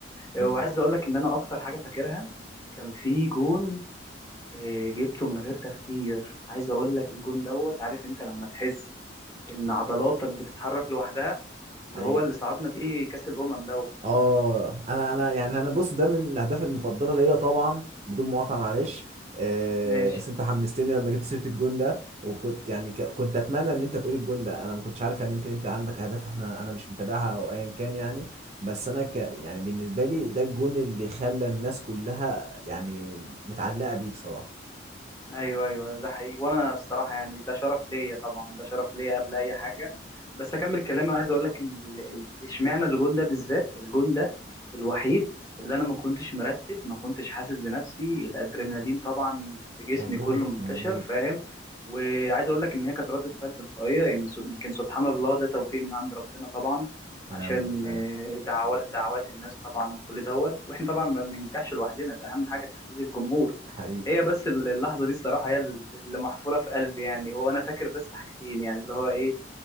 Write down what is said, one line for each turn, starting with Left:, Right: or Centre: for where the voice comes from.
Left: وعايز
Right: مم.
Left: اقول لك ان انا اكتر حاجه فاكرها كان في جون آه، جبته من غير تفكير عايز اقول لك الجون دوت عارف انت لما تحس ان عضلاتك بتتحرك لوحدها اللي
Right: حقيقي
Left: هو اللي صعدنا بيه كاس الامم دوت
Right: اه انا انا يعني انا بص ده من الاهداف المفضله ليا طبعا بدون مقاطعه معلش آه،
Left: ماشي
Right: بس انت حمستني لما جبت سيره الجون ده وكنت يعني ك- كنت اتمنى ان انت تقول الجون ده انا ما كنتش عارف يعني يمكن انت عندك اهداف احنا انا مش متابعها او ايا كان يعني بس انا ك يعني بالنسبه لي ده الجون اللي خلى الناس كلها يعني متعلقه بيك صراحه
Left: ايوه ايوه ده حقيقي وانا الصراحه يعني ده شرف ليا طبعا ده شرف ليا قبل اي حاجه بس اكمل كلامي عايز اقول لك ان ال- ال- اشمعنى الجون ده بالذات الجون ده الوحيد اللي انا ما كنتش مرتب ما كنتش حاسس بنفسي الادرينالين طبعا في جسمي
Right: مظبوط
Left: كله منتشر
Right: مظبوط
Left: فاهم وعايز اقول لك ان هي كانت ردة فعل تلقائيه يعني سب- يمكن سبحان الله ده توفيق من عند ربنا طبعا
Right: ونعم
Left: عشان
Right: بالله
Left: آه، دعوات دعوات الناس طبعا وكل دوت واحنا طبعا ما بننجحش لوحدنا ده اهم حاجه تحفيز الجمهور
Right: حقيقي
Left: هي بس اللحظة دي الصراحة هي اللي محفورة في قلبي يعني هو أنا فاكر بس حاجتين يعني اللي هو إيه